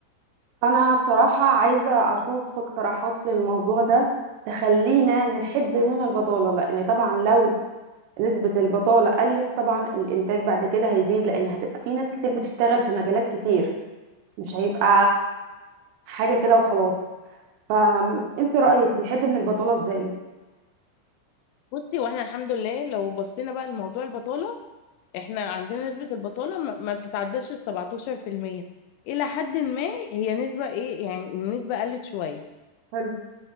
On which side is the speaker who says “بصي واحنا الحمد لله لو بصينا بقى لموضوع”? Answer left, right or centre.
Left